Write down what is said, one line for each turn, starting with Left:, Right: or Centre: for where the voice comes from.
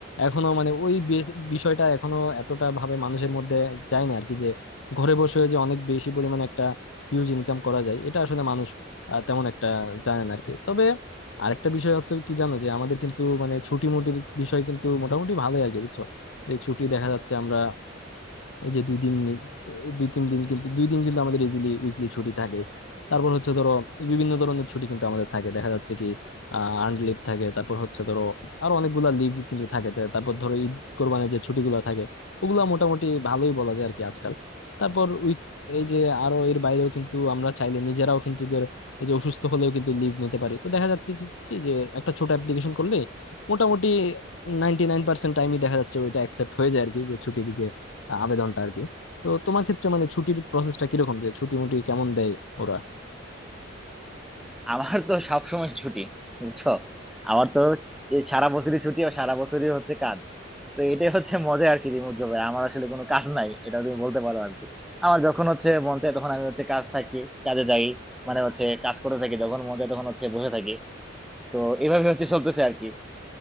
Left: এখনো মানে ওই বেস- বিষয়টা এখনো এতটা ভাবে মানুষের মধ্যে যায় না আর কি যে ঘরে বসে যে অনেক বেশি পরিমাণে একটা হিউজ ইনকাম করা যায় এটা আসলে মানুষ আহ, তেমন একটা জানে না আর কি তবে আরেকটা বিষয় হচ্ছে কি জানো যে আমাদের কিন্তু মানে ছুটি মুটির বিষয় কিন্তু মোটামুটি ভালোই আর কি বুঝছো যে ছুটি দেখা যাচ্ছে আমরা এই যে দুই দিন নি- দুই তিন দিন কিন্তু দুই দিন কিন্তু আমাদের ইজিলি উইকলি ছুটি থাকে তারপর হচ্ছে ধরো বিভিন্ন ধরনের ছুটি কিন্তু আমাদের থাকে দেখা যাচ্ছে কি আর্নড লিভ থাকে তারপর হচ্ছে ধরো আরো অনেকগুলা লিভ কিন্তু থাকে তা- তারপর ধরো ঈদ কোরবানির যে ছুটিগুলো থাকে ওগুলা মোটামুটি ভালোই বলা যায় আর কি আজকাল তারপর উইক এই যে আরো এর বাইরেও কিন্তু আমরা চাইলে নিজেরাও কিন্তু যে এই যে অসুস্থ হলেও কিন্তু লিভ নিতে পারি তো দেখা যাচ্ছে কি কি যে একটা ছোট অ্যাপ্লিকেশন করলে মোটামুটি নাইনটি নাইন পার্সেন্ট টাইমই দেখা যাচ্ছে ওইটা অ্যাকসেপ্ট হয়ে যায় আর কি যে ছুটির আহ, আবেদনটা আর কি তো তোমার ক্ষেত্রে মানে ছুটির প্রসেসটা কিরকম যে ছুটি মুটি কেমন দেয় ওরা
Centre: আমার তো সবসময় ছুটি বুঝছো আমার তো এই সারা বছরই ছুটি আর সারা বছরই হচ্ছে কাজ তো এটাই হচ্ছে মজা আর কি রিমোট জবে আমার আসলে কোনো কাজ নাই এটা তুমি বলতে পারো আর কি আমার যখন হচ্ছে মন চায় তখন আমি হচ্ছে কাজ থাকি কাজে যাই মানে হচ্ছে কাজ করতে থাকি যখন মন চায় তখন হচ্ছে বসে থাকি তো এইভাবে হচ্ছে চলতেছে আর কি